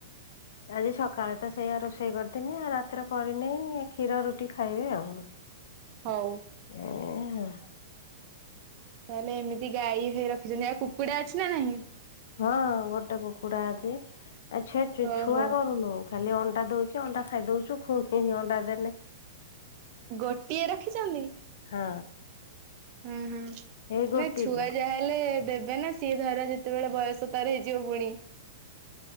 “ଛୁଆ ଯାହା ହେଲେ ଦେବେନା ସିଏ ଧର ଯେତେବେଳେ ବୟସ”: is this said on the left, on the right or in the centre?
Right